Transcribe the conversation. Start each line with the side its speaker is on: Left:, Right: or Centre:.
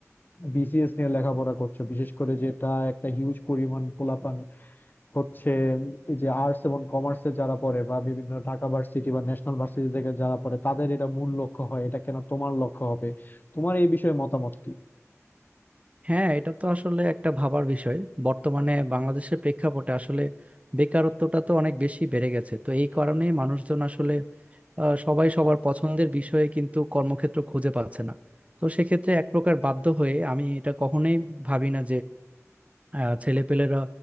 Left: বিসিএস নিয়ে লেখাপড়া করছো বিশেষ করে যেটা একটা হিউজ পরিমাণ পোলাপান হচ্ছে এই যে আর্টস এবং কমার্সে যারা পড়ে বা বিভিন্ন ঢাকা ভার্সিটি বা ন্যাশনাল ভার্সিটি থেকে যারা পড়ে তাদের এটা মূল লক্ষ্য হয় এটা কেন তোমার লক্ষ্য হবে তোমার এই বিষয়ে মতামত কি
Right: হ্যাঁ এটা তো আসলে একটা ভাবার বিষয় বর্তমানে বাংলাদেশের প্রেক্ষাপটে আসলে বেকারত্বটা তো অনেক বেশি বেড়ে গেছে তো এই কারণেই মানুষজন আসলে আহ, সবাই সবার পছন্দের বিষয়ে কিন্তু কর্মক্ষেত্র খুঁজে পাচ্ছে না তো সেক্ষেত্রে এক প্রকার বাধ্য হয়ে আমি এটা কখনোই ভাবি না আহ ছেলেপেলেরা